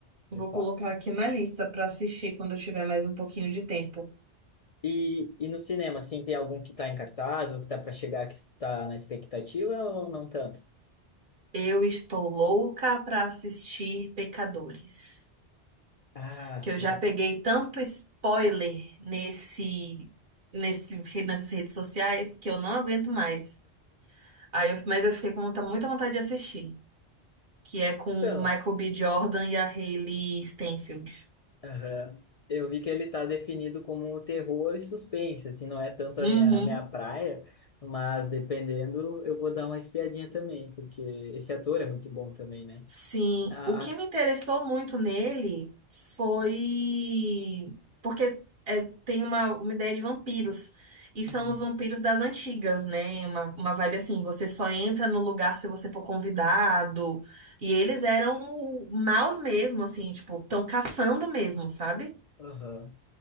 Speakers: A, on the right (about 60°); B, on the left (about 70°).
A: Vou
B: de fato.
A: colocar aqui na lista pra assistir quando eu tiver mais um pouquinho de tempo.
B: E, e no cinema, assim, tem algum que tá em cartaz ou que tá para chegar que tu tá na expectativa ou não tanto?
A: Eu estou louca para assistir Pecadores,
B: Ah,
A: que
B: sim.
A: eu já peguei tanto spoiler nesse, nesse, nessas redes sociais que eu não aguento mais. Aí eu- mas eu fiquei com muita, muita vontade de assistir, que é com
B: Então,
A: o Michael B. Jordan e a Hailey Steinfeld.
B: aham. Eu vi que ele tá definido como um terror e suspense, assim, não é tanto
A: Uhum.
B: a minha, minha praia, mas dependendo, eu vou dar uma espiadinha também, porque esse ator é muito bom também, né?
A: Sim,
B: A,
A: o que
B: a...
A: me interessou muito nele foi porque é, tem uma, uma ideia de vampiros. E são
B: Uhum.
A: os vampiros das antigas, né? Uma, uma vibe assim, você só entra no lugar se você for convidado. E eles eram o- maus mesmo, assim, tipo, tão caçando mesmo, sabe?
B: Aham.